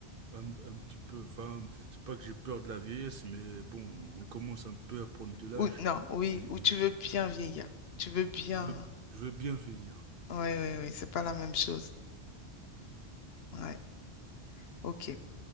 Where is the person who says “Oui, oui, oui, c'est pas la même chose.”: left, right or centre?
Left